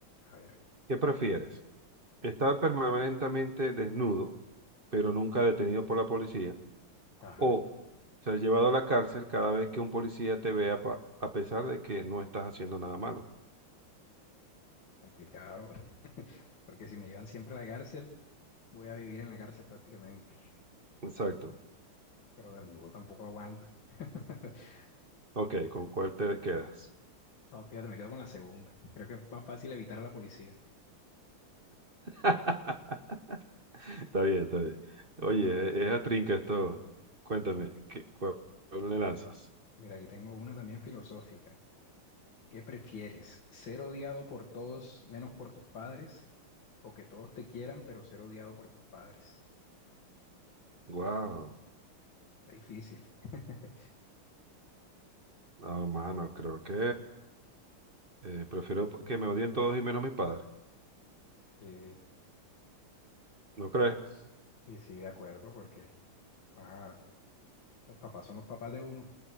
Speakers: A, on the left; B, on the right.
A: A ver,
B: ¿Qué prefieres? ¿Estar permanentemente desnudo, pero nunca detenido por la policía?
A: ajá,
B: ¿O ser llevado a la cárcel cada vez que un policía te vea pa- a pesar de que no estás haciendo nada malo?
A: complicado, <laughs> porque si me llevan siempre a la cárcel, voy a vivir en la cárcel prácticamente,
B: Exacto.
A: pero desnudo tampoco aguanta. <laughs>
B: Ok, ¿con cuál te quedas?
A: No, fíjate, me quedo con la segunda. Creo que es más fácil evitar a la policía.
B: <laughs> Está bien, está bien. Oye, e, es a trinca esto. Cuéntame,
A: Mm.
B: ¿qué, cuál, cuál
A: Mira,
B: le lanzas?
A: mira, aquí tengo una también filosófica. ¿Qué prefieres? ¿Ser odiado por todos menos por tus padres? ¿O que todos te quieran, pero ser odiado por tus padres?
B: Wow.
A: Está difícil. <laughs>
B: No, mano, creo que eh, prefiero que me odien todos y menos mis padres.
A: Sí,
B: ¿No crees?
A: y sí, de acuerdo, porque ah, los papás son los papás de uno.